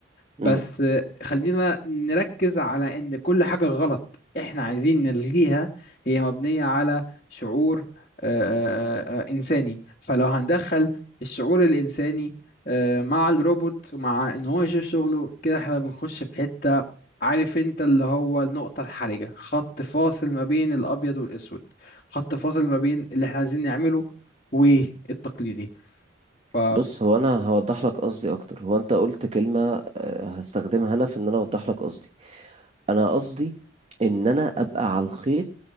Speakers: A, on the left; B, on the right.
A: بس
B: ال...
A: خلينا نركز على ان كل حاجة غلط احنا عايزين نلغيها هي مبنية على شعور آه، آه، آه، آه، انساني فلو هندخل الشعور الانساني آه، مع الروبوت ومع ان هو يشوف شغله كده احنا بنخش في حتة عارف انت اللي هو النقطة الحرجة خط فاصل ما بين الابيض والاسود خط فاصل ما بين اللي احنا عايزين نعمله والتقليدي ف
B: بص هو انا هوضح لك قصدي اكتر هو انت قلت كلمة آه، هستخدمها انا في ان انا اوضح لك قصدي انا قصدي ان انا ابقى على الخيط